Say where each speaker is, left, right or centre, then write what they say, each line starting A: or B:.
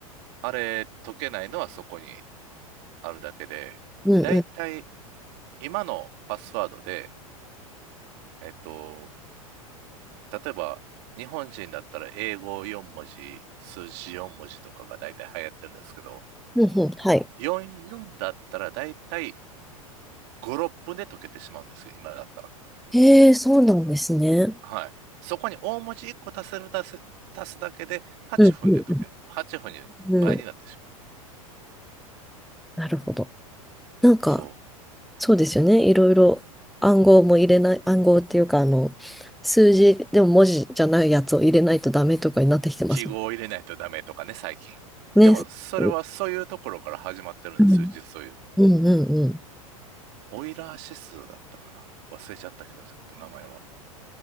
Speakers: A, on the right; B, in the centre.
A: あれ、解けないのはそこにあるだけで、
B: うんうん。
A: だいたい今のパスワードで、えっと、例えば、日本人だったら英語4文字、数字4文字とかが大体流行ってるんですけど、
B: うんうん、はい。
A: 44だったら大体5、6分で解けてしまうんですよ、今だったら。
B: へえ、そうなんですね。
A: はい。そこに大文字1個足せる、足せ、足すだけで8分で解ける。
B: うんうん
A: 8分に倍になってしまう。
B: うん。うん、なるほど。なんか、
A: そう。
B: そうですよね。いろいろ暗号も入れない、暗号っていうか、あの、数字でも文字じゃないやつを入れないとダメとかになってきてますもん
A: 記号を入れないとダメとかね、最近。
B: うんね。
A: でも、それはそういうところから始まってるんですよ、
B: うん
A: 実を言うと。
B: うんうんうん
A: オイラー指数だったかな。忘れちゃったけど、ちょっと名前は。